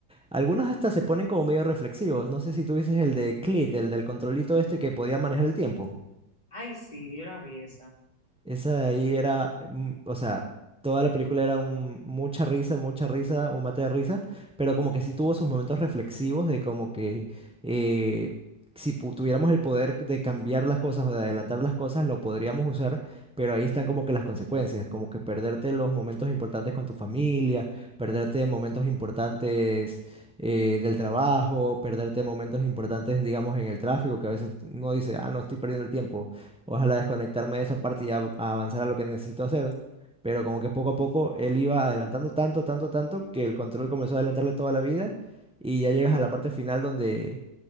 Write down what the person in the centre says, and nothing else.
Algunos hasta se ponen como medio reflexivos. No sé si tuvieses el de Clit, el del controlito este que podía manejar el tiempo.
Esa de ahí era, mm, o sea, toda la película era un, mucha risa, mucha risa, un mate de risa, pero como que sí tuvo sus momentos reflexivos de como que eh, si pu- tuviéramos el poder de cambiar las cosas o de adelantar las cosas, lo podríamos usar, pero ahí están como que las consecuencias, como que perderte los momentos importantes con tu familia, perderte momentos importantes eh, del trabajo, perderte momentos importantes, digamos, en el tráfico, que a veces uno dice, ah, no, estoy perdiendo el tiempo Ojalá desconectarme de esa parte y av- avanzar a lo que necesito hacer. Pero como que poco a poco él iba adelantando tanto, tanto, tanto que el control comenzó a adelantarle toda la vida y ya llegas a la parte final donde